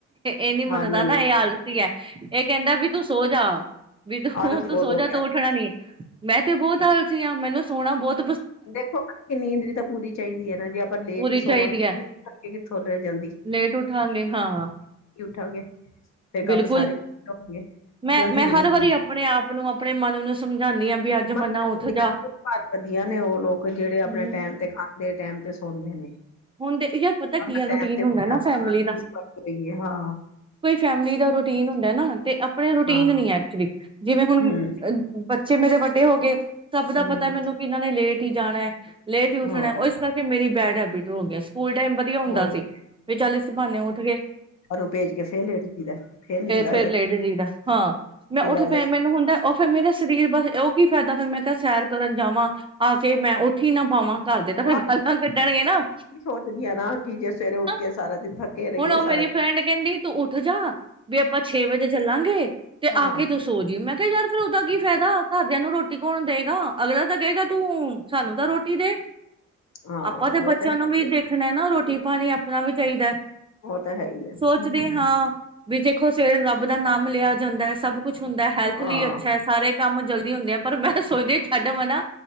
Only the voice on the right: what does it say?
ਇਹ ਨੀ ਮੰਨਦਾ
ਨਾ,
ਇਹ ਆਲਸੀ ਹੈ, ਇਹ ਕਹਿੰਦਾ ਵੀ ਤੂੰ ਸੋ ਜਾ। ਬੀ ਤੂੰ,
ਤੂੰ
ਸੋਜਾ
ਤੂੰ ਉੱਠਣਾ ਨੀ। ਮੈਂ ਤੇ ਬਹੁਤ ਆਲਸੀ ਹਾਂ, ਮੈਨੂੰ ਸੋਹਣਾ ਬਹੋਤ
ਪੂਰੀ
ਚਾਹੀਦੀ
ਹੈ
ਲੇਟ ਉਠਾਂਗੇ ਹਾਂ,
ਬਿਲਕੁਲ,
ਮੈਂ
ਮੈਂ
ਹਰ ਵਾਰੀ
ਆਪਣੇ
ਆਪ ਨੂੰ ਆਪਣੇ ਮਨ ਨੂੰ ਸਮਝਾਉਂਦੀ ਹਾਂ ਵੀ ਅੱਜ ਮਨਾ
ਉੱਠ
ਜਾ।
ਹਮ
ਹੁਣ, ਦੇ ਯਾਰ ਪਤਾ ਕੀ
ਰੂਟੀਨ
ਹੁੰਦੈ ਨਾ
ਫੈਮਲੀ ਦਾ,
ਕੋਈ ਫੈਮਲੀ ਦਾ ਰੂਟੀਨ ਹੁੰਦੈ ਨਾ। <unintelligible> ਤੇ ਅਪ ਆਪਣੇ ਰੂਟੀਨ
ਨੀ ਐ ਐਕਚੁਲੀ। ਜਿਵੇਂ ਹੁਣ
ਬਚ ਬੱਚੇ ਮੇਰੇ ਵੱਡੇ ਹੋਗੇ। ਸਭ ਦਾ
ਪਤਾ ਮੈਨੂੰ ਕਿਨ ਇਹਨਾਂ ਨੇ ਲੇਟ ਹੀ ਜਾਣੈ। ਲੇਟ ਹੀ ਉਠਣੈ।
ਓਹ ਇਸ ਕਰਕੇ ਮੇਰੀ ਬੈਡ ਹੈਬਿਟ ਹੋ ਗਿਆ ਸਕੂਲ ਟੈਮ ਵਧੀਆ ਹੁੰਦਾ
ਸੀ, ਵੀ ਚੱਲ ਇਸ ਬਹਾਨੇ ਉਠਗੇ।
ਫੇਰ
ਲੇਟ ਜੀ ਦਾ, ਹਾਂ ਮੈਂ
ਉੱਠ
ਪੈ
ਮੈਨੂੰ ਹੁੰਦੈ ਔ ਫਿਰ ਮੇਰਾ ਸ਼ਰੀਰ ਰੀਰ ਬਸ, ਉਹ ਕੀ ਫੈਦਾ ਫਿਰ ਮੈਂ ਕਿਹਾ ਸੈਰ ਕਰਨ ਜਾਵਾਂ ਆ ਕੇ ਮੈਂ ਉੱਠ ਹੀ ਨਾ ਪਾਵਾਂ। ਘਰਦੇ ਤਾਂ
ਫੇਰ ਗਾਲਾਂ ਕੱਢਣਗੇ ਨਾ।
ਨਾ,
ਹੁਣ ਔ ਮੇਰੀ
ਫਰੈਂਡ ਕਹਿੰਦੀ ਤੂੰ ਉੱਠ ਜਾ ਵੀ ਆਪਾਂ ਛੇ ਵਜੇ ਚੱਲਾਂਗੇ ਤੇ
ਆ ਕੇ ਤੂੰ ਸੋ ਜੀ। ਮੈਂ ਕਿਆ ਯਾਰ ਫਿਰ ਓਦਾ ਕੀ ਫਾਇਦਾ ਘਰ ਦੇ ਦੀਆਂ ਨੂੰ ਰੋਟੀ ਕੌਣ ਦੇਏਗਾ। ਅਗਲਾ ਤਾਂ ਕਹੇਗਾ ਤੂੰ ਸਾਨੂੰ ਤਾਂ ਰੋਟੀ ਦੇ।
ਆਪਾਂ ਤੇ
ਨੂੰ ਵੀ
ਦੇਖਣੈ ਨਾ ਰੋਟੀ
ਪਾਣੀ ਆਪਣਾ ਵੀ ਚਾਹੀਦੈ।
ਸੋਚਦੇ
ਹਾਂ ਵੀ ਦੇਖੋ ਸਵੇਰੇ ਰੱਬ ਦਾ ਨਾਮ ਲਿਆ। ਜਾਂਦੈ ਸਭ ਕੁੱਛ ਹੁੰਦੈ ਹੈਲਥ
ਲਈ ਅੱਛਾ ਸਾਰੇ ਕੰਮ ਜਲਦੀ ਹੁੰਦੇ ਐ ਪਰ ਮੈਂ ਸੋਚਦੀ ਆ ਛਡ ਮਨਾ